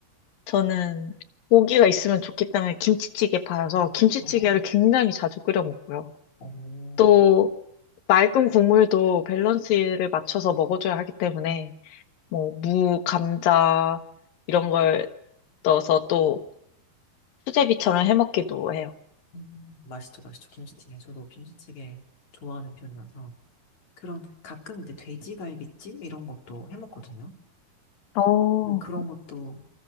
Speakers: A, on the left; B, on the left.
A: 저는 고기가 있으면 좋기 때문에 김치찌개 팔아서 김치찌개를
B: 어,
A: 굉장히 자주 끓여 먹고요.
B: 오
A: 또 맑은 국물도 밸런스를 맞춰서 먹어줘야 하기 때문에 뭐 무, 감자 이런 걸 넣어서 또 수제비처럼 해먹기도 해요.
B: 음, 맛있죠, 맛있죠. 김치찌개. 저도 김치찌개 좋아하는 편이라서. 그런 가끔 이제 돼지갈비찜 이런 것도 해 먹거든요.
A: 어,
B: 근데 그런 것도